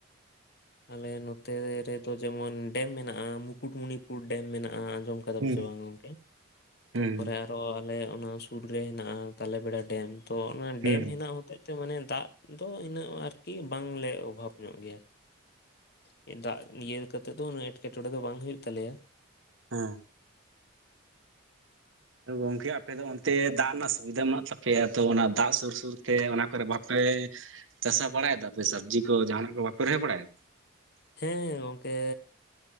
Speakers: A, on the left; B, on the right.
A: ᱟᱞᱮ ᱱᱚᱛᱮ ᱨᱮᱫᱚ ᱡᱮᱢᱚᱱ ᱰᱮᱢ ᱢᱮᱱᱟᱜᱼᱟ᱾ ᱢᱩᱠᱩᱴᱢᱩᱱᱤᱯᱩᱨ ᱰᱮᱢ ᱢᱮᱱᱟᱜᱼᱟ ᱾ᱟᱡᱚᱢ ᱠᱟᱫᱟᱢ
B: ᱦᱩᱸ
A: ᱥᱮ ᱵᱟᱝ ᱜᱚᱝᱠᱮ,
B: ᱦᱩᱸ
A: ᱛᱟᱯᱚᱨᱮ ᱟᱨᱚ ᱟᱞᱮ ᱚᱱᱟ ᱥᱩᱨ ᱨᱮ ᱦᱮᱱᱟᱜᱼᱟ ᱛᱟᱞᱮ ᱵᱮᱲᱟ ᱰᱮᱢ᱾ ᱛᱚ ᱚᱱᱟ
B: ᱦᱩᱸ
A: ᱰᱮᱢ ᱦᱮᱱᱟᱜ ᱦᱚᱛᱮ ᱛᱮ, ᱢᱟᱱᱮ ᱫᱟᱜ ᱫᱚ ᱤᱱᱟᱹᱜ ᱟᱨᱠᱤ ᱵᱟᱝᱞᱮ ᱚᱵᱷᱟᱵᱽ ᱧᱚᱜ ᱜᱮᱭᱟ᱾ ᱪᱮᱫ ᱫᱟᱜ ᱤᱭᱟᱹ ᱠᱟᱛᱮᱫ ᱫᱚ, ᱩᱱᱟᱹᱜ ᱮᱴᱠᱮᱴᱚᱬᱮ ᱫᱚ ᱵᱟᱝ ᱦᱳᱭᱩ ᱛᱟᱞᱮᱭᱟ᱾
B: ᱦᱮᱸ ᱾ ᱜᱚᱝᱠᱮ ᱟᱯᱮ ᱫᱚ ᱚᱱᱛᱮ ᱫᱟᱜ ᱨᱮᱱᱟᱜ ᱥᱩᱵᱤᱫᱷᱟ ᱢᱮᱱᱟᱜ ᱛᱟᱯᱮᱭᱟ ᱛᱚ, ᱚᱱᱟ ᱫᱟᱜ ᱥᱩᱨ ᱥᱩᱨᱛᱮ ᱚᱱᱟ ᱠᱚᱨᱮ ᱵᱟᱯᱮ ᱪᱟᱥᱟ ᱵᱟᱲᱟᱭᱮᱫᱟᱯᱮ ᱥᱚᱵᱽᱡᱤ ᱠᱚ ᱡᱟᱦᱟᱱᱟᱜ ᱠᱚ ᱵᱟᱯᱮ ᱨᱚᱦᱚᱭ ᱵᱟᱲᱟᱭᱮᱫᱟ?
A: ᱦᱮᱸ ᱜᱚᱝᱠᱮ